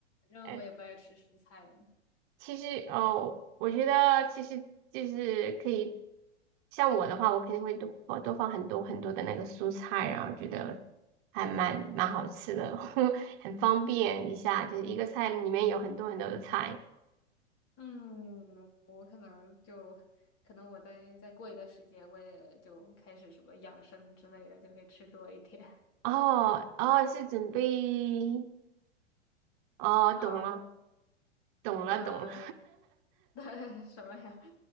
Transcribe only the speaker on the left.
正我也不爱吃蔬菜嘛。
嗯，我可能就可能我再再过一段时间，我也就开始什么养生之类的，就会吃多一点。<laughs>
啊，
呃，<laughs> 对什么呀？<laughs>